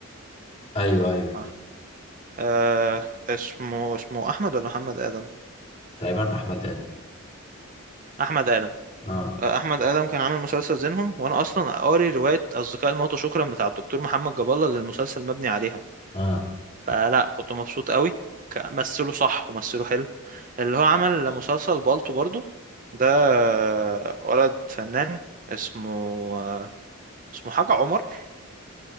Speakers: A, on the left; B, on the right.
A: ايوه ايوه
B: آه آه، اسمه اسمه احمد ولا محمد آدم
A: تقريبا احمد ادم
B: احمد ادم
A: اه
B: آه، احمد ادم كان عامل مسلسل زينهم وانا اصلا قاري روايه اصدقاء الموتى شكرا بتاع الدكتور محمد جاب الله اللي المسلسل مبني عليها
A: اه
B: فلا كنت مبسوط قوي ك- مثله صح ومثله حلو اللي هو عمل مسلسل بالطو برضو ده آه، ولد فنان اسمه آه، اسمه حاجه عمر